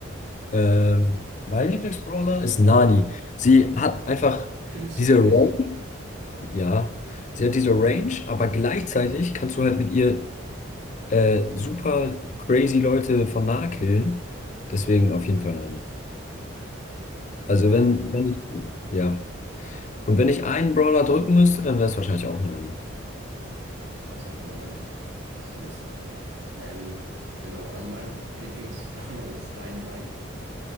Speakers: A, on the left; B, on the right.
A: ähm, mein Lieblingsbrawler ist Nani. Sie hat einfach
B: Findest
A: diese
B: du wirklich?
A: Range, ja, sie hat diese Range, aber gleichzeitig kannst du halt mit ihr äh, super crazy Leute von nah killen. Deswegen auf jeden Fall Nani. Also
B: Ja,
A: wenn, wenn ich, ja. Und wenn ich einen Brawler drücken müsste, dann wäre es wahrscheinlich auch Nani.
B: Oh, Sowas hat man aber nicht. Das N S NSFE. Ähm, genau, also mein Lieblingsbrawler <laughs> ist Dynamike.